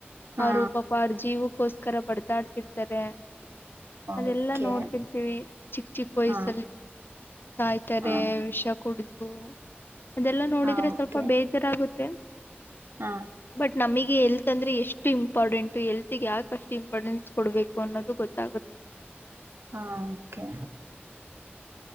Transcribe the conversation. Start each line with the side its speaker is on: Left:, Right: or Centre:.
Right: ಹಾ
Left: ಅವರು ಪಾಪ ಅವ್ರ ಜೀವಕ್ಕೋಸ್ಕರ ಕರ ಬಡ್ತಾಡ್ತಿರ್ತಾರೆ ಅದೆಲ್ಲಾ
Right: ಓಕೆ
Left: ನೋಡ್ತಿರ್ತೀವಿ ಚಿಕ್ಕ ಚಿಕ್ಕ ವಯ್ಸ
Right: ಹಾ
Left: ಸಾಯ್ತಾರೆ
Right: ಹಾ
Left: ವಿಷ ಕುೂಡ ಹ ಅದೆಲ್ಲಾ ನೋಡಿದ್ರೆ
Right: ಹಾ
Left: ಸ್ವಲ್ಪ
Right: ಓಕೆ
Left: ಬೇಜಾರಾಗುತ್ತೆ
Right: ಹಾ
Left: ಬಟ್ ನಮಗ ಎಲ್ ಂದ್ರೆ ಎಷ್ಟು ಇಂಪಾರ್ಟೆಂಟ್ು ಎಲ್ತ್ಗೆ ಯಾಕಷ್ಟು ಇಂಪಾರ್ಟೆನ್ಸ್ ಕೊಡ್ಬೇಕು ಅನ್ನೋದು ಗೊತ್ತಾಗುತ್ತೆ
Right: ಹಾ ಕೆ